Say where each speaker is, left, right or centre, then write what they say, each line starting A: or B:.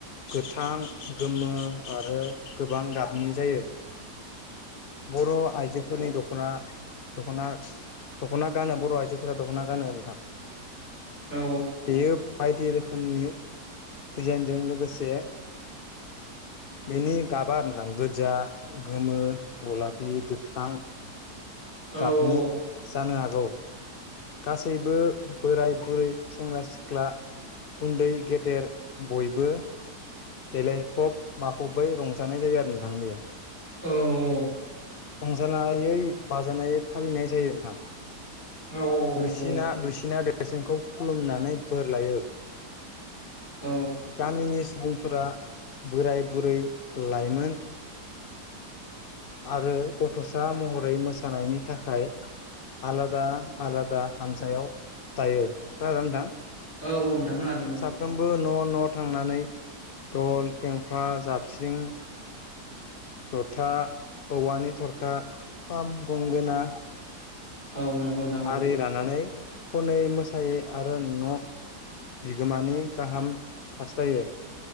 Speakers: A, on the left; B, on the left.
A: गोथां गोमो आरो गोबां गाबनि जायो।
B: <inaudible>
A: बर' आइजोफोरनि दख ना दख'ना दख'ना गानो बर' आइजोफोरा दख'ना गानो नोंथां।
B: औ
A: बेयो बायदि रोखोमनि डजाइनजों लोगोसे बेनि गाबा होनदां गोजा गोमो गलाफि गोथां
B: औ
A: गाबनि
B: औ
A: जानो हागौ गासैबो बोराय बुरै सेंग्रा सिख्ला उन्दै गेदेर बयबो देलायफब माफब बै रंजानाय जायो आरो नोंथां बे
B: औ
A: रंजानायै बाजानायै फालिनाय जायो नोंथां।
B: औ
A: दुइसिना
B: नंगौ
A: दुइसिना देरसिनखौ खुलुमनानै बोर लायो।
B: औ
A: गामिनि सुबुं फोरा बोराय बुरै लाइमोन आरो गथ'सा महरै मोसानायनि थाखाय आलादा आलादा हानजायाव थायो खोनादोंना नोंथां
B: औ औ नोंथां खोनादों नंगौ।
A: साफ्रोमबो न' न' थांनानै दल, फेंफा, जाबस्रिं जथा औवानि थरखा, खाम, ‌ गंगोना
B: औ नंगौ नोंथां औ
A: आरि लानानै खनै मोसायै आरो न' बिगोमानि गाहाम हास्थायो।